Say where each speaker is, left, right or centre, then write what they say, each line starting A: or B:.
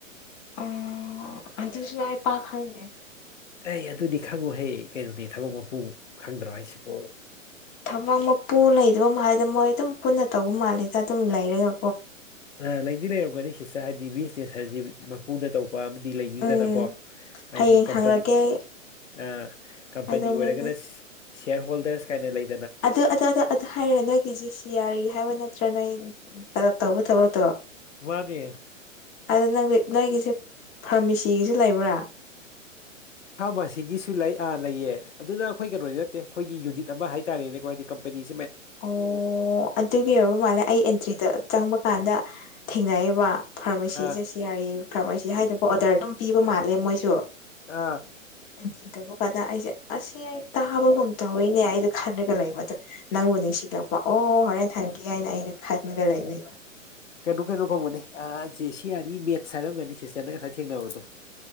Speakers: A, on the left (about 20°); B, on the left (about 65°).
A: ꯑꯥ ꯑꯗꯨꯖꯨ ꯑꯩ ꯄꯛ ꯈꯪꯗꯦ
B: ꯑꯦ ꯑꯗꯨꯗꯤ ꯈꯪꯉꯨꯍꯦ ꯀꯩꯅꯣꯗꯤ ꯊꯕꯛ ꯃꯄꯨ ꯈꯪꯗ꯭ꯔꯣ ꯍꯥꯏꯁꯤꯕꯨ
A: ꯊꯕꯛ ꯃꯄꯨ ꯂꯩꯗꯕ ꯃꯥꯜꯂꯦꯗ ꯃꯣꯏ ꯑꯗꯨꯝ ꯄꯨꯟꯅ ꯇꯧꯕ ꯃꯥꯜꯂꯦꯗ ꯑꯗꯨꯝ ꯂꯩꯔꯒ
B: ꯑꯥ ꯂꯩꯗꯤ ꯂꯩꯔꯝꯒꯅꯤ ꯁꯤꯁꯇꯔ ꯍꯥꯏꯗꯤ ꯕꯤꯖꯤꯅꯦꯁ ꯍꯥꯏꯖꯤ ꯃꯄꯨꯅ ꯇꯧ ꯑꯃꯗꯤ ꯂꯩꯅꯤꯗꯅꯀꯣ
A: ꯎꯝ
B: ꯍꯥꯏꯗꯤ
A: ꯍꯌꯦꯡ
B: ꯀꯝꯄꯅꯤ
A: ꯍꯪꯔꯛꯀꯦ ꯑꯩ
B: ꯑꯥ ꯀꯝꯄꯅꯤ
A: ꯑꯗꯣ
B: ꯑꯣꯏꯔꯒꯅ
A: ꯃꯤꯡꯅ
B: ꯁꯤꯌꯥꯔ ꯍꯣꯜꯗꯔꯁ ꯀꯥꯏꯅ ꯂꯩ
A: ꯑꯗꯨ ꯑꯗꯨ ꯑꯗꯨ ꯍꯥꯏꯔꯒ ꯅꯣꯏꯒꯤ ꯖꯤ ꯁꯤꯌꯥꯔꯤ ꯍꯥꯏꯕ ꯅꯠꯇ꯭ꯔ ꯅꯣꯏ ꯄꯂꯞ ꯇꯧꯕ ꯊꯕꯛ
B: ꯃꯅꯦ
A: ꯑꯗꯣ ꯅꯪ ꯅꯣꯏꯒꯤꯁꯦ ꯐꯥꯔꯃꯤꯁꯤꯒꯤꯁꯨ ꯂꯩꯕ꯭ꯔ
B: ꯐꯥꯔꯃꯁꯤꯒꯤꯁꯨ ꯂꯩ ꯑꯥ ꯂꯩꯌꯦ ꯑꯗꯨꯅ ꯑꯈꯣꯏ ꯀꯩꯅꯣꯗꯤ ꯅꯠꯇꯦ ꯑꯈꯣꯏꯒꯤ ꯌꯨꯅꯤꯠ ꯑꯃ ꯍꯥꯏꯇꯔꯦꯅꯦꯀꯣ ꯍꯥꯏꯗꯤ ꯀꯝꯄꯅꯤ
A: ꯑꯣ ꯑꯗꯨꯒꯤ ꯑꯣꯏꯕ ꯃꯥꯜꯂꯦ ꯑꯩ ꯑꯦꯟꯇ꯭ꯔꯤꯗ ꯆꯪꯕ ꯀꯥꯟꯗ ꯊꯦꯡꯅꯩꯌꯦꯕ ꯐꯔꯃꯁꯤ
B: ꯑ
A: ꯖꯦꯁꯤ ꯌꯥꯔꯤ ꯐꯔꯃꯁꯤ ꯍꯥꯏꯅꯀꯣ ꯑꯣꯔꯗꯔ ꯑꯗꯨꯝ ꯄꯤꯕ ꯃꯥꯜꯂꯦ ꯃꯣꯏꯖꯨ
B: ꯑ
A: ꯑꯦꯟꯇ꯭ꯔꯤ ꯇꯧꯕ ꯀꯥꯟꯗ ꯑꯩꯖꯦ ꯑꯁꯤ ꯑꯩ ꯇꯕꯒꯨꯝ ꯇꯧꯋꯤꯅꯦ ꯑꯩꯗꯣ ꯈꯜꯔꯒ ꯂꯩꯕꯗꯣ ꯅꯪꯕꯨ ꯅꯤꯡꯁꯤꯡꯂꯛꯄ ꯑꯣ ꯍꯣꯔꯦꯟ ꯍꯪꯒꯦ ꯍꯥꯏꯅ ꯑꯩꯅ ꯈꯜꯂꯒ ꯂꯩꯕꯅꯦꯕ
B: ꯀꯩꯅꯣ ꯀꯩꯅꯣ ꯀꯧꯕꯅꯦ ꯑꯥ ꯖꯦ ꯁꯤ ꯌꯥꯔꯤ ꯃꯦꯠꯁ ꯍꯥꯏꯔꯝꯒꯅꯤ ꯁꯤꯁꯇꯔꯅ ꯉꯁꯥꯏ ꯊꯦꯡꯅꯕꯗꯣ